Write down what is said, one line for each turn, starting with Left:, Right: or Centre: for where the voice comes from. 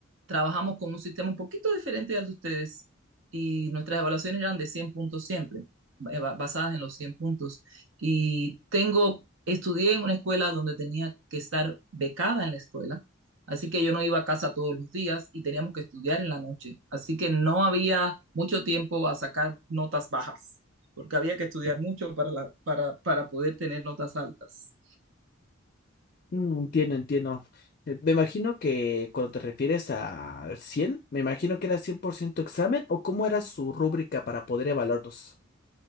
Right: trabajamos con un sistema un poquito diferente al de ustedes y nuestras evaluaciones eran de 100 puntos siempre, eh, ba- basadas en los 100 puntos. Y tengo, estudié en una escuela donde tenía que estar becada en la escuela, así que yo no iba a casa todos los días y teníamos que estudiar en la noche, así que no había mucho tiempo a sacar notas bajas, porque había que estudiar mucho para, la- para, para poder tener notas altas.
Left: Mm, entiendo, entiendo. Eh, Me imagino que cuando te refieres al cien me imagino que era 100% examen o cómo era su rúbrica para poder evaluarlos.